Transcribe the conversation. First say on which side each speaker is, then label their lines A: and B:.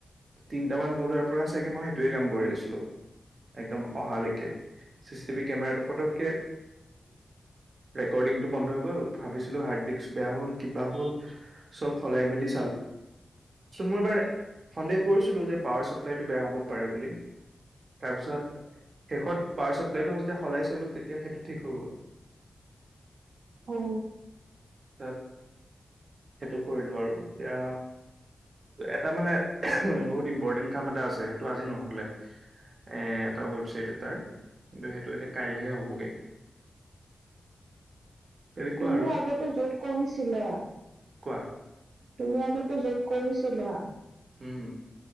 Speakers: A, on the right (about 50°); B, on the right (about 85°).
A: তিনটামান বজাৰ পৰা চাগে মই সেইটোয়ে কাম কৰি আছিলো, একদম অহালৈকে। চিচি টিভি কেমেৰা পতকে।
B: উ। <unintelligible>
A: ৰেকৰ্ডিংটো বন্ধ হৈ গল ভাবিছিলো হাৰ্ড ডিস্ক বেয়া হ'ল, কিবা হলব সলাই মেলি। মইবাৰ, সন্দেহ কৰিো যে পাৱ চাপ্লাইটো বে হ'ব। পাৰে বুলি। তাৰপিছত শেষত পাৱাৰ চাপ্লাইটো যেতিয়া সলাই চলো তেতিয়া সেইটো ঠিক হৈ গ'ল।
B: অ।
A: তাত সেইটো কৰিলো আৰু এতিয়া। এটা মানে বহুত ইম্পৰ্টেণ্ট কাম এটা আছে সেইটো আজি নহলে। এ এটা ৱেবচাইট এটাৰ কিন্তু সেইটো এতিয়া কাইলেহে হ'বগে। তেনেকুৱা
B: তুমি
A: আৰু
B: আগতে য'ত কৰিছিলা।
A: কোৱা
B: তুমি আগতে যত কৰিছিলা।
A: উম।